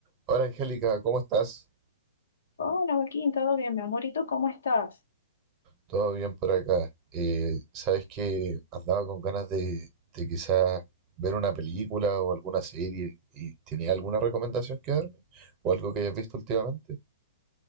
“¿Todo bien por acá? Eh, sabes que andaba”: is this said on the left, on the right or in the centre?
Right